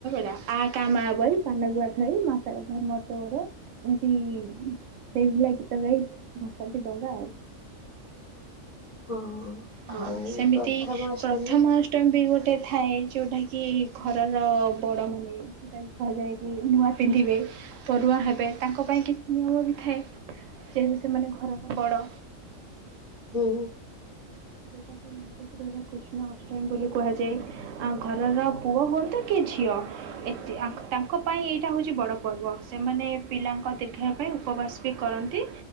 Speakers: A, on the right; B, on the left.
A: ଡା ଆ କା ମା ବଇ ପାନଗୁଆ ଧୋଇ ମାସକ ଧର୍ମ ତୋର ଏମିତି ସେଇ ଭଳିଆ ଗୀତ ଗାଇ ଭସନ୍ତି ଡଙ୍ଗା ଆଉ।
B: ହଁ
A: ହଁ
B: ଆଉ
A: ସେମିତି
B: ପ୍ରଥମାଷ୍ଟମୀ
A: ପ୍ରଥମାଷ୍ଟମୀ ବି ଗୋଟେ ଥାଏ ଯୋଉଟା କି ଘରର ବଡ଼ମାନେ ଯେଉଁଟାକି କୁହାଯାଏ, କି ନୂଆ ପିନ୍ଧିବେ ବରୁଆ ହେବେ ତାଙ୍କ ପାଇଁ କିଛି ନିୟମ ବି ଥାଏ ଯେହେତୁ ସେମାନେ ଘରର ବଡ
B: ହୁଁ
A: ଦେଉତା କି ମାର କତ୍ରର କୃଷ୍ଣ ଅଷ୍ଟମୀ ବୋଲି କୁହାଯାଏ, ଆ ଘରର ପୁଅ ହୁଅନ୍ତୁ କି ଝିଅ ଏତି ତାଙ୍କ ପାଇଁ ଏଇଟା ହେଉଛି, ବଡ଼ ପର୍ବ ସେମାନେ ପିଲା ଙ୍କ ଦୀର୍ଘ ପାଇଁ ଉପବାସ ବି କରନ୍ତି